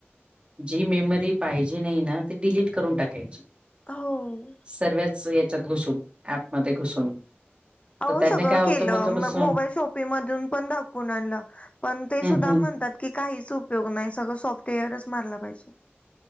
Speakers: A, on the right; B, on the left.
A: जी मेमरी पाहिजे नाही ना ते डिलीट करून टाकायची
B: हो
A: सर्वच याच्यात घुसून ऍपमध्येध्ये घुसून
B: अह
A: तर त्याने
B: सगळं
A: काय होतं
B: केलं
A: मग थोडंसं
B: मोबाईल शॉपिंग मधून पण दाकवून आणलं पण ते
A: हं,
B: सुद्धा
A: हं.
B: म्हणतात की काहीच उपयोग नाय सगळं सॉफ्टवेअरच मारला पाहिजे.